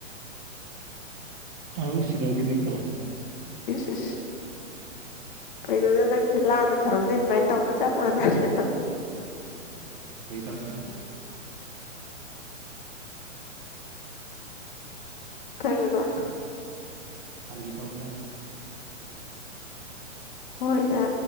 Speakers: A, on the right; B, on the left.
A: ꯑꯥꯎ ꯁꯤꯗꯧ ꯀꯤꯅꯤ ꯀꯣ
B: ꯏꯁ ꯏꯁ ꯀꯗꯨꯗ ꯅꯪꯁꯦ ꯂꯥꯟꯅ ꯊꯧꯔꯝꯗ ꯏꯟꯚꯥꯏꯠ ꯇꯧꯕ ꯆꯞ ꯃꯥꯟꯅꯔꯦꯗ
A: ꯐꯥꯒꯤ ꯇꯧꯅ‌ꯦ
B: ꯀꯩ <unintelligible> ꯕꯔ
A: ꯐꯥꯒꯤ ꯇꯧꯕꯅꯦ <unintelligible>
B: ꯍꯣꯏꯗ